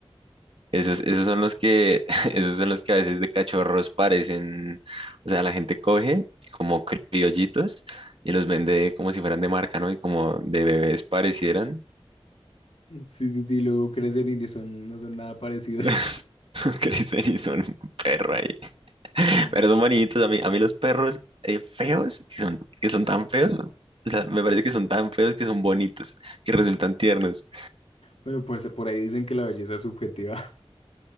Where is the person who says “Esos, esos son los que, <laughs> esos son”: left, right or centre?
Right